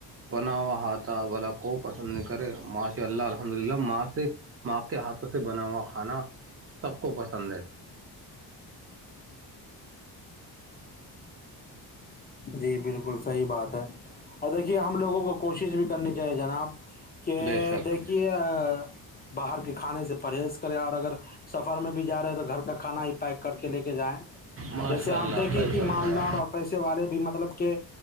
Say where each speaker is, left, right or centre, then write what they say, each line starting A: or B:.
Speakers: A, on the right; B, on the left.
A: بنا ہوا ہاتھ تا بھلا کون پسند نہیں کرے ماشاءاللہ الحمد للہ ماں سے ماں کے ہاتھوں سے بنا ہوا کھانا سب کو پسند ہے
B: جی بالکل صحیح بات ہے اور دیکھیے ہم لوگوں کو کوشش بھی کرنی چاہیے جناب کہ
A: بے شک
B: دیکھیے باہر کے کھانے سے پرہیز کرے اور اگر سفر میں بھی جا رہے ہیں تو گھر کا کھانا ہی پیک کر کے لے کے جائیں
A: ماشاء
B: جیسے آپ
A: اللہ
B: دیکھیں
A: صحیح
B: کہ
A: فرمایا
B: مالدار اور پیسے والے بھی مطلب کہ